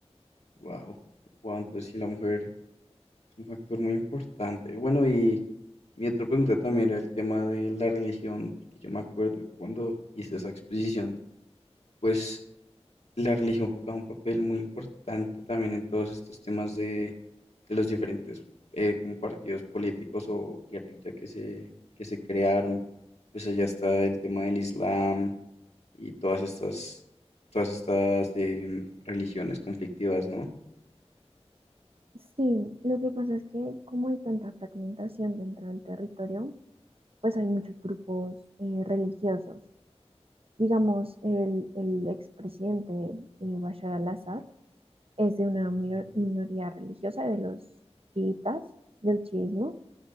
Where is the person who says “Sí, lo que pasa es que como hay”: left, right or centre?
Right